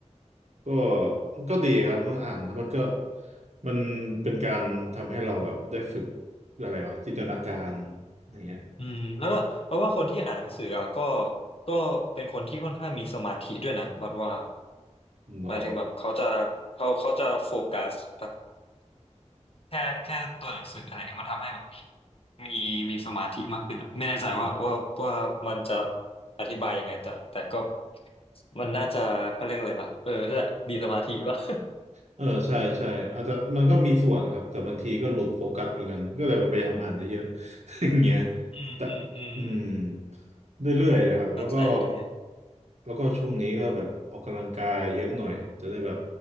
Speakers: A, on the right; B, on the left.
A: ก็ก็ดีครับเมื่ออ่านแล้วมันก็มันเป็นการทำให้เราแบบได้ฝึกอะไรวะจินตนาการอะไรเงี้ย
B: อืมแล้วก็เพราะว่าคนที่อ่านหนังสืออะก็ก็เป็นคนที่ค่อนข้างมีสมาธิด้วยนะบัดว่า
A: หรอ
B: หมายถึงแบบเขาจะเขาเขาจะโฟกัสแบบ แค่แค่ตัวหนังสืออะไรเงี้ยมันทำให้แบบมีมีสมาธิมากขึ้นอ่ะไม่แน่ใจว่าว่าว่ามันจะ
A: ครับ
B: อธิบายยังไงแต่แต่ก็มันน่าจะเขาเรียกอะไรอ่ะเออนั่นแหละมีสมาธิป่ะ
A: เออใช่ใช่อาจจะมันก็มีส่วนครับแต่บางทีก็หลุดโฟกัสเหมือนกันก็เลยพยายามอ่านเยอะ <laughs> ๆอย่างเงี้ย
B: <laughs> อืมอืมอืม
A: แต่อืมเรื่อยๆนะครับแล้วก็
B: เข้าใจเลย
A: แล้วก็ช่วงนี้ก็แบบออกกำลังกายเยอะหน่อยจะได้แบบ